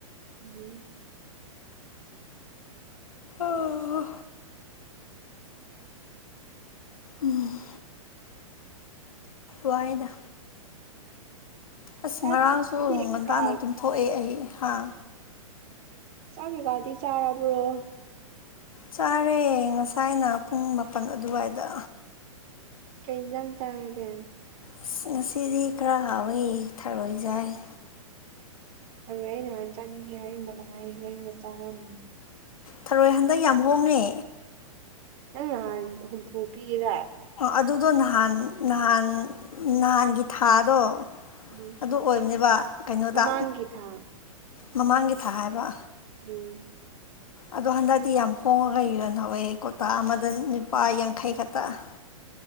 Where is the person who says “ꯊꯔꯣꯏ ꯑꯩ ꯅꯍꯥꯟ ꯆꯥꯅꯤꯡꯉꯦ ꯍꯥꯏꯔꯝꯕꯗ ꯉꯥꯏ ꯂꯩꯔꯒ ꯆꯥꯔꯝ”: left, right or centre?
Right